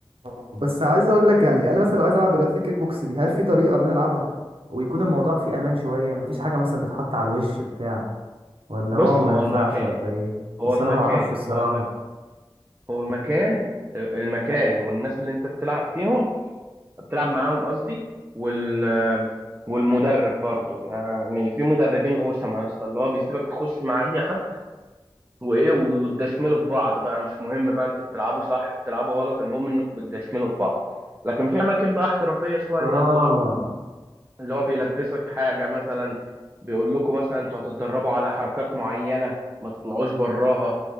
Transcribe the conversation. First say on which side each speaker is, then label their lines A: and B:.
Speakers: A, on the right (about 80°); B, on the right (about 25°).
A: آه. بس عايز اقول لك يعني انا مثلا لو عايز العب رياضه الكيك بوكس دي هل في طريقه ان انا العبها ويكون الموضوع فيه امان شويه مفيش حاجه مثلا تتحط على الوش بتاع ولا
B: بص
A: هو ما
B: هو
A: ينفعش
B: المكان
A: ولا ايه
B: هو
A: بس
B: المكان
A: انا ما اعرفش الصراحه
B: هو المكان هو المكان المكان والناس اللي انت بتلعب فيهم بتلعب معاهم قصدي وال والمدرب برضو يعني في مدربين غشمة يا اسطى اللي هو بيسيبك تخش مع اي حد وايه وتدشملوا في بعض بقى مش مهم بقى انتوا بتلعبوا صح بتلعبوا غلط المهم انكم بتدشملوا في بعض لكن في اماكن بقى احترافية شوية
A: اه
B: اللي هو اللي هو بيلبسك حاجة مثلا بيقول لكم مثلا انتوا هتتدربوا على حركات معينة ما تطلعوش براها